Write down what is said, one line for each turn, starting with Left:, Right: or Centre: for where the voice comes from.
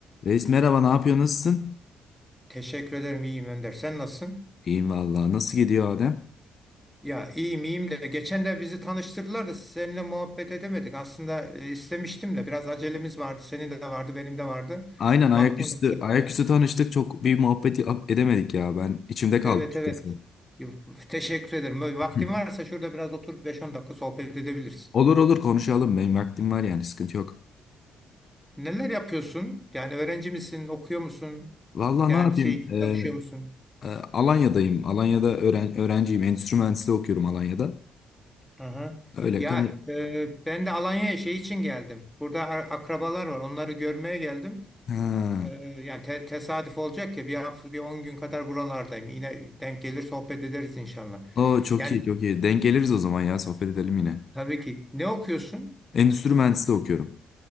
Left: Reis merhaba, ne yapıyor, nasılsın?
Centre: Teşekkür ederim iyiyim Önder. Sen nasılsın?
Left: İyiyim vallahi. Nasıl gidiyor Adem?
Centre: Ya iyiyim iyiyim de geçen de bizi tanıştırdılar da seninle muhabbet edemedik. Aslında e, istemiştim de biraz acelemiz vardı. Senin de vardı, benim de vardı.
Left: Aynen ayaküstü
Centre: Vaktim varsa
Left: ayaküstü tanıştık. Çok bir muhabbeti edemedik ya. Ben içimde kaldı
Centre: evet
Left: açıkçası.
Centre: evet. Teşekkür ederim. Böyle Vaktin
Left: <laughs>
Centre: varsa şurada biraz oturup beş on dakika sohbet edebiliriz.
Left: Olur olur konuşalım. Benim vaktim var yani sıkıntı yok.
Centre: Neler yapıyorsun? Yani öğrenci misin, okuyor musun?
Left: Vallahi
Centre: Yani
Left: ne yapayım?
Centre: şey çalışıyor
Left: Ee,
Centre: musun?
Left: e, Alanya'dayım. Alanya'da öğren öğrenciyim. Endüstri mühendisliği okuyorum Alanya'da.
Centre: Aha.
Left: Öyle
Centre: Ya
Left: kay...
Centre: e, ben de Alanya'ya şey için geldim. Burada a- akrabalar var. Onları görmeye geldim.
Left: Ha.
Centre: Ee, yani te- tesadüf olacak ki bir hafta bir 10 gün kadar buralardayım. Yine denk gelir sohbet ederiz inşallah.
Left: Oo, çok
Centre: Yani
Left: iyi çok iyi. Denk geliriz o zaman ya. Sohbet edelim yine.
Centre: tabii ki ne okuyorsun?
Left: Endüstri mühendisliği okuyorum.